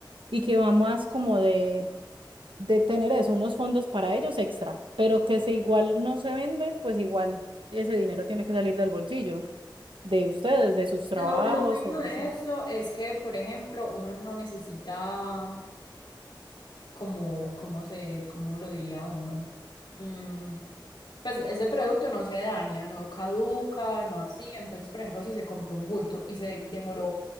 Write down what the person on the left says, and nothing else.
Lo, lo bueno
de
esto es que, por ejemplo, uno no necesita como, como se, como lo diría uno. Mm, pues ese producto no se daña, no caduca, no así. Entonces, por ejemplo, si se compró un bulto y se demoró